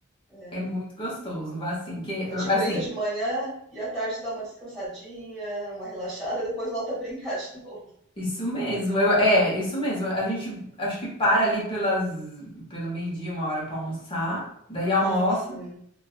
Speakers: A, in the centre; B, on the left.
A: É,
B: É muito gostoso, vá assim, que,
A: a gente
B: assim,
A: brinca de manhã e à tarde dá uma descansadinha, uma relaxada, depois volta a brincar <laughs> de novo.
B: isso mesmo, eu- é, isso mesmo, a gente, acho que para ali pelas, pelo meio-dia, uma hora para almoçar, daí almoça,
A: Ah, sim.